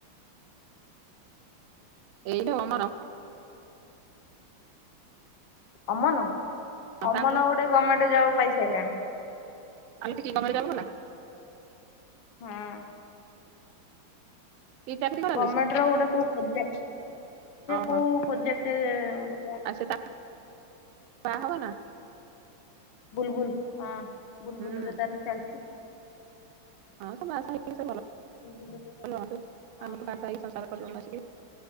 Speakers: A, on the right (about 80°); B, on the left (about 65°).
A: <unintelligible>
B: ଅମନ, ଅମନ
A: ତା ଖବର
B: ଗୋଟେ ଗମେଣ୍ଟେ ଜବ୍ ପାଇ ସାଇଲାଣି।
A: <unintelligible>
B: ହଁ।
A: କି ଚାକିରି କଲାଲୋ
B: ଗମେଣ୍ଟ୍
A: ସେ
B: ର ଗୋଟେ କୋଉ ପ୍ରୋଜେକ୍ଟ ସେ
A: ଓହୋ
B: କୋଉ ପ୍ରୋଜେକ୍ଟ ଗୋଟେ।
A: ଆଉ ସେ ତା ବାହା ହବ ନା
B: ବୁଲ୍ ବୁଲ୍। ବୁଲ୍
A: ହୁଁ
B: ବୁଲ୍ ରେ ତାର ଚାଲିଛି।
A: ହଁ ସେ ବାହା ସାହା ହେଇକି ସବୁ ଭଲ
B: ବୁଲବୁଲ ର ହଁ
A: ଭଲ ମନ୍ଦ
B: ହଁ
A: ଆମେ ତ ବାହା ସାହା ହେଇକି ସଂସାର କଲୁଣି ଆସିକି